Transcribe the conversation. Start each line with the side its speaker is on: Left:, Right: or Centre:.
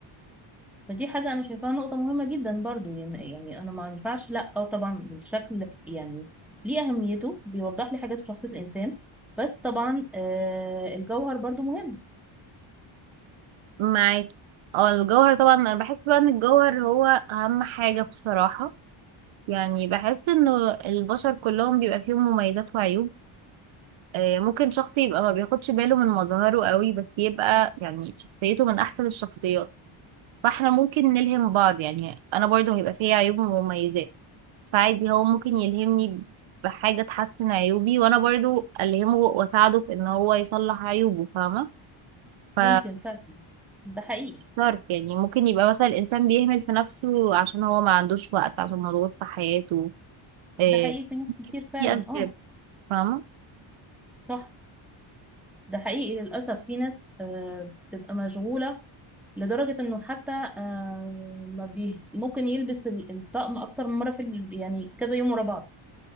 Centre: فدي حاجة أنا شايفاها نقطة مهمة جدا برضو يعني يعني أنا ما ينفعش لأ أو طبعا الشكل يعني ليه أهميته بيوضح لي حاجات في شخصية الإنسان بس طبعا آه الجوهر برضو مهم
Right: معاك اه الجوهر طبعا أنا بحس بقى إن الجوهر هو أهم حاجة بصراحة يعني بحس إنه البشر كلهم بيبقى فيهم مميزات وعيوب آه، ممكن شخص يبقى ما بياخدش باله من مظاهره قوي بس يبقى يعني شخصيته من احسن الشخصيات فاحنا ممكن نلهم بعض يعني انا برضه هيبقى فيها عيوب ومميزات فعادي هو ممكن يلهمني بحاجة تحسن عيوبي وانا برضه الهمه واساعده في ان هو يصلح عيوبه فاهمة ف
Centre: ممكن فعلا ده حقيقي
Right: عارف يعني ممكن يبقى مثلا الانسان بيهمل في نفسه عشان هو ما عندوش وقت عشان مضغوط في حياته آه،
Centre: ده حقيقي في ناس كتير فعلا
Right: في
Centre: اه
Right: اسباب فاهمة
Centre: صح ده حقيقي للأسف في ناس آه بتبقى مشغولة لدرجة انه حتى آه، ما بيه ممكن يلبس ال- الطقم اكتر من مرة في ال- يعني كذا يوم ورا بعض